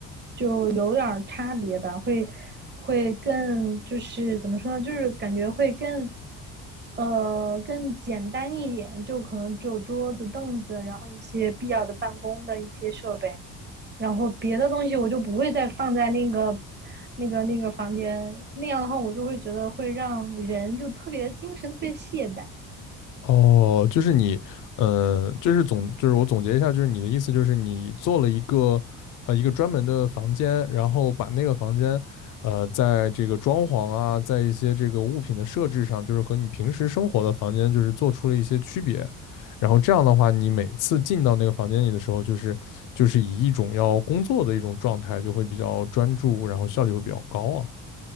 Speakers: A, on the right (about 30°); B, on the left (about 65°).
A: 就有点儿差别吧，会会更就是怎么说呢，就是感觉会更呃更简单一点，就可能只有桌子、凳子，然后一些必要的办公的一些设备，然后别的东西我就不会再放在那个那个那个房间，那样的话我就会觉得会让人就特别精神特别懈怠。
B: 哦，就是你，呃，就是总，就是我总结一下，就是你的意思就是你做了一个，呃，一个专门的房间，然后把那个房间，呃，在这个装潢啊，在一些这个物品的设置上，就是和你平时生活的房间，就是做出了一些区别。然后这样的话，你每次进到那个房间里的时候，就是就是以一种要工作的一种状态，就会比较专注，然后效率会比较高啊。